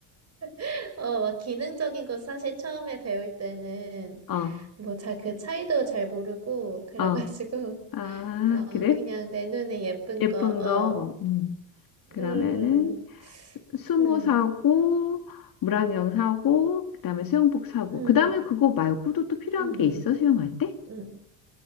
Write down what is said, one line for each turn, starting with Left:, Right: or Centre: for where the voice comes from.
Right: <laughs> 어, 막 기능적인 거 사실 처음에 배울 때는
Left: 어,
Right: 뭐 잘 그 차이도 잘 모르고 그래가지고
Left: 어. 아,
Right: 어,
Left: 그래?
Right: 그냥 내 눈에 예쁜
Left: 예쁜
Right: 거, 어,
Left: 거. 음.
Right: 음,
Left: 그러면은 수모
Right: 음,
Left: 사고, 물안경 사고, 그다음에 수영복 사고.
Right: 음,
Left: 그다음에 그거 말고도 또 필요한
Right: 음,
Left: 게 있어?
Right: 음,
Left: 수영할 때?
Right: 음. 음.